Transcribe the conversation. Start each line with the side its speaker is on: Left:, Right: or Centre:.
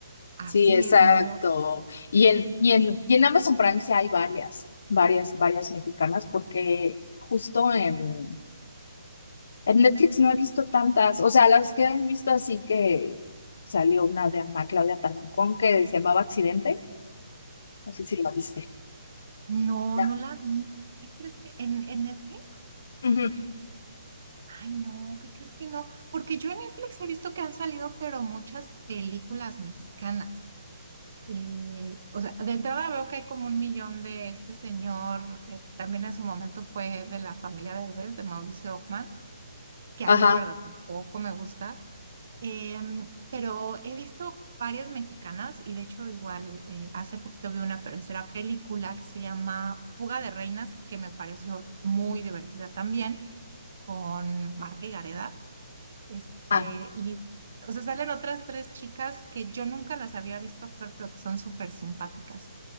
Right: así
Left: sí, exacto.
Right: es, ni modo.
Left: Y en, y en, y en Amazon Prime sí hay varias, varias, varias mexicanas porque justo en En Netflix no he visto tantas, o sea, las que he visto así que salió una de Ana Claudia Talancón que se llamaba Accidente, no sé si la viste.
Right: No,
Left: Ya.
Right: no la vi. ¿Qué crees que en, en Netflix?
Left: Ujú.
Right: Ay, no, ¿qué crees que no? Porque yo en Netflix he visto que han salido, pero muchas películas mexicanas. Eh, o sea, de entrada veo que hay como un millón de este señor, eh, que también en su momento fue de la familia Derbez, de Mauricio Ockman, que
Left: Ajá.
Right: a mí la verdad tampoco me gusta. Em, pero he visto varias mexicanas y de hecho igual eh, hace poquito vi una tercera película que se llama Fuga de Reinas, que me pareció muy divertida también, con Marta y Gareda. Este,
Left: Ah,
Right: y o sea, salen otras tres chicas que yo nunca las había visto actuar, pero que son súper simpáticas.